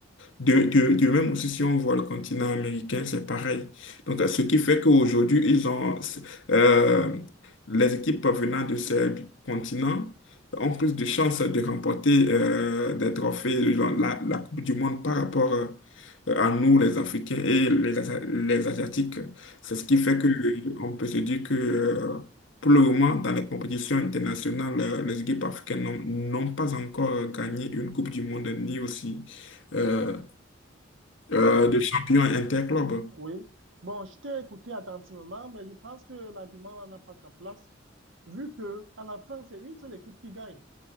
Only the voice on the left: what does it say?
De, de, de même aussi, si on voit le continent américain, c'est pareil. Donc, ce qui fait qu'aujourd'hui, ils ont, euh, les équipes venant de ces continents ont plus de chances de remporter euh, des trophées, de la, la Coupe du Monde par rapport euh, euh, à nous, les Africains et les, Asi- les Asiatiques. C'est ce qui
fait que euh, on peut se dire que euh, pour le moment, dans les compétitions internationales, euh, les équipes africaines n'ont n'ont pas encore gagné une Coupe du Monde ni aussi euh, euh,
de champion interclub.